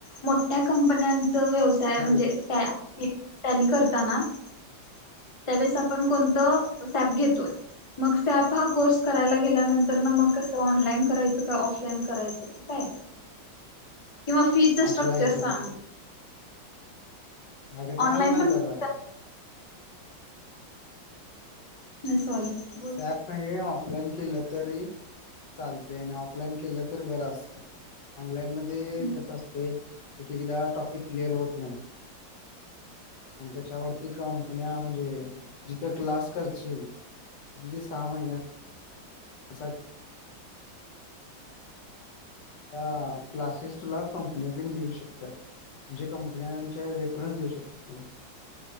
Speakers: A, on the left; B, on the left.
A: मोठ्या कंपन्यांच व्यवसाय
B: हो
A: म्हणजे त्या टॅली करताना त्यावेळेस आपण कोणतं सॅप घेतोय. मग सॅप हा कोर्स करायला गेल्यानंतर न मग कसं ऑनलाईन करायचं का ऑफलाइन करायचं किंवा फीचा
B: ऑफलाईन
A: स्ट्रक्चर
B: करायचं
A: सांग.
B: अग थांब
A: ऑनलाईन
B: ना
A: पण
B: जरा.
A: सॉरी बोल.
B: सॅप पण हे ऑफलाईन केलं तरी चालते आणि ऑफलाईन केलं तरी बरं असते. ऑनलाईन मध ते
A: हा
B: कसं असतय एक एकदा टॉपिक क्लिअर होत नाही. आणि त्याच्यावरती कंपन्या म्हणजे जिथं क्लास करचील सहा महिन्यात <unintelligible> ह्या क्लासेसला कंपन्या पण देऊ शकतात म्हणजे कंपन्याच्या <unintelligible> देऊ शकते ना